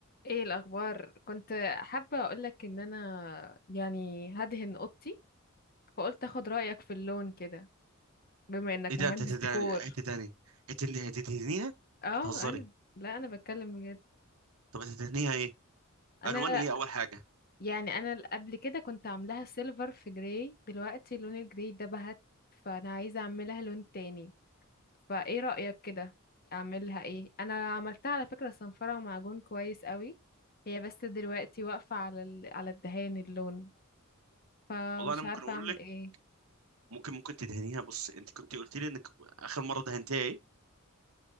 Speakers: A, on the left; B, on the right.
A: ايه الاخبار كنت حابه اقولك ان انا يعني هدهن اوضتي فقلت اخد رايك في اللون كده بما انك
B: ايه ده
A: مهندس
B: انت هتدهني
A: ديكور
B: هتدهني هتدهني هتدهنيها
A: اه
B: بتهزري
A: انا لا انا بتكلم بجد
B: طب هتدهنيها ايه
A: انا
B: الوان ايه اول حاجه
A: يعني انا قبل كده كنت عاملاها سيلفر في جراي دلوقتي لون الجراي ده بهت فانا عايزه اعملها لون تاني فايه رايك كده اعملها ايه انا عملتها على فكره صنفره ومعجون كويس قوي هي بس دلوقتي واقفه على ال... على الدهان اللون فمش
B: والله انا ممكن
A: عارفه
B: اقول
A: اعمل
B: لك
A: ايه
B: ممكن ممكن تدهنيها بص انت كنت قلت لي انك اخر مره دهنتيها ايه